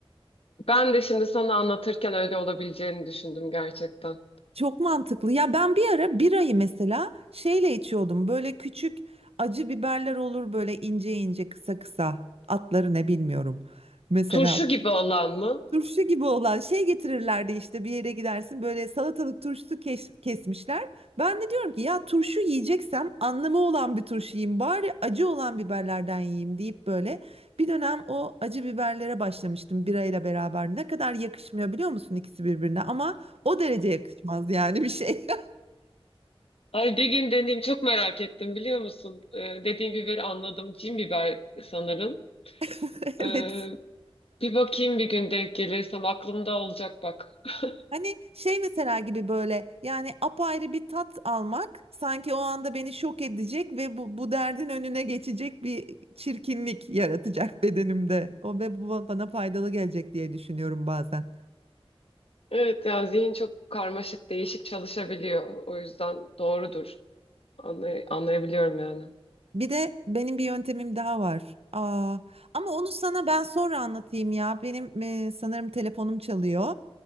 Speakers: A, on the left (about 70°); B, on the right (about 75°).
A: Ben de şimdi sana anlatırken öyle olabileceğini düşündüm gerçekten.
B: Çok mantıklı. Ya ben bir ara birayı mesela şeyle içiyordum. Böyle küçük acı biberler olur böyle ince ince kısa kısa. Atları ne bilmiyorum. Mesela
A: Turşu gibi olan mı?
B: Turşu gibi olan şey getirirlerdi işte bir yere gidersin böyle salatalık turşusu kes- kesmişler. Ben de diyorum ki ya turşu yiyeceksem anlamı olan bir turşu yiyeyim bari acı olan biberlerden yiyeyim deyip böyle bir dönem o acı biberlere başlamıştım birayla beraber. Ne kadar yakışmıyor biliyor musun ikisi birbirine ama o derece yakışmaz yani bir şey.
A: Ay bir gün deneyeyim çok merak ettim biliyor musun? Ee, dediğim biberi anladım. Cin biber sanırım.
B: <laughs> Evet.
A: Ee, bir bakayım bir gün denk gelirsem aklımda olacak bak. <laughs>
B: Hani şey mesela gibi böyle yani apayrı bir tat almak sanki o anda beni şok edecek ve bu, bu derdin önüne geçecek bir çirkinlik yaratacak <laughs> bedenimde. O ve bu bana faydalı gelecek diye düşünüyorum bazen.
A: Evet yani zihin çok karmaşık, değişik çalışabiliyor. O yüzden doğrudur. Anlay- anlayabiliyorum yani.
B: Bir de benim bir yöntemim daha var. Aa, ama onu sana ben sonra anlatayım ya. Benim e, sanırım telefonum çalıyor.